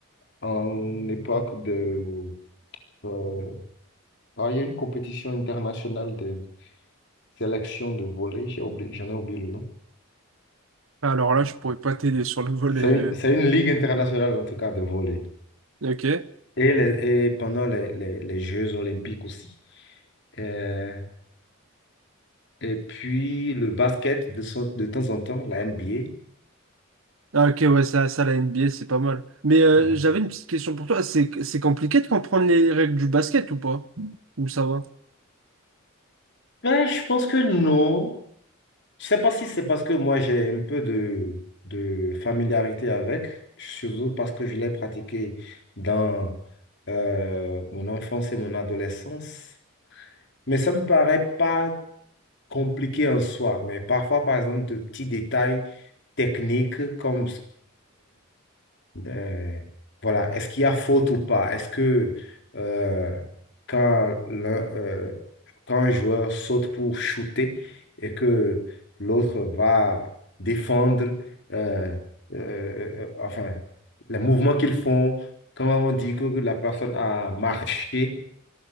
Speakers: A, on the left (about 55°); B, on the right (about 65°).
A: en époque de... euh, ah, il y a une compétition internationale de sélection de volley, j'ai oublié, j'en ai oublié le nom.
B: Alors là, je pourrais pas t'aider sur le volet.
A: C'est
B: euh.
A: une, c'est une ligue internationale, en tout cas, de volley.
B: Ok.
A: et, les- et pendant les, les- les Jeux olympiques aussi. Euh, et puis le basket de, son- de temps en temps, la NBA.
B: Ah, ok, ouais, ça, ça, la NBA, c'est pas mal. Mais euh,
A: ouais.
B: j'avais une petite question pour toi. C'est, c'est compliqué de comprendre les règles du basket ou pas? Ou ça va?
A: Ben, je pense que non. Je sais pas si c'est parce que moi j'ai un peu de, de familiarité avec, surtout parce que je l'ai pratiqué dans euh, mon enfance et mon adolescence. Mais ça me paraît pas compliqué en soi. Mais parfois, par exemple, de petits détails techniques comme Euh, voilà, est-ce qu'il y a faute ou pas? Est-ce que euh, quand, l'un, euh, quand un joueur saute pour shooter et que l'autre va défendre, euh, euh, euh, enfin, les mouvements qu'ils font, comment on dit que la personne a marché